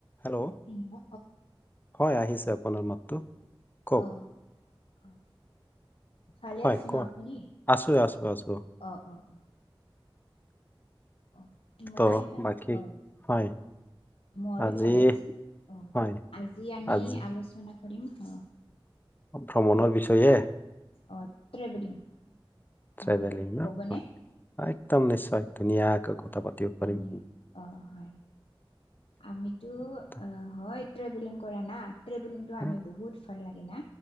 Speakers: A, on the left; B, on the left.
A: Hello,
B: অ
A: হয় আহিছে আপোনাৰ মাতটো। কওক
B: অহ', অহ', ভালে
A: হয়
B: আছ ন'
A: কোৱা
B: আপুনি
A: আছো আছো আছো
B: অ', অ', অ', অ, মই
A: ত
B: <unintelligible>
A: বাকী
B: অ, অ,
A: হয়
B: মৰে
A: আজি
B: ভালে আছে অ,
A: হয়
B: আজি আমি
A: আজি
B: আলোচনা অ, দিম হা।
A: ভ্ৰমণৰ বিচয়ে?
B: অ, ট্ৰেভেলিং
A: ট্ৰেভেলিং
B: হয়
A: ন
B: হ'বনে?
A: হয় একদম নিশ্চয় ধুনীয়াকৈ। কথা পাতিব পাৰিম
B: ধুনীয়া অ, হয় আমিতো
A: তো,
B: অ, হয় ট্ৰেভেলিং কৰা না ট্ৰেভেলিংটো
A: উম,
B: আমি বহুত ভাল লাগে না।